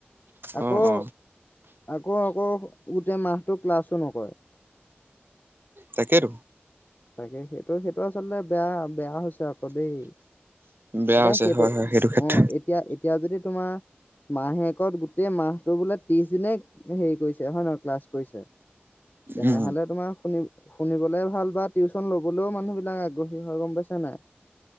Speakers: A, on the left (about 50°); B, on the right (about 60°).
A: আকৌ,
B: অ অ
A: আকৌ- আকৌ গোটেই মাহটো ক্লাছো নকৰে।
B: তাকেটো।
A: তাকে সেইটো, সেইটো আচলতে বেয়া, বেয়া আকৌ দেই।
B: বেয়া
A: এতিয়া
B: হৈছে
A: সেইটো,
B: হয় হয় ক্ষেত্ৰত
A: অ' এতিয়া-এতিয়া যদি তোমাৰ, মাহেকত গোটেই মাহটো বোলে ত্ৰিশ দিনে, হেৰি কৰিছে হয় নহয়? ক্লাছ কৰিছে। তেনেহ'লে
B: উম
A: তোমাৰ শুনি শুনিবলে ভাল, বাট টিউচন ল'বলৈও মানুহবিলাক আগ্ৰহী হয়, গম পাইছা নাই?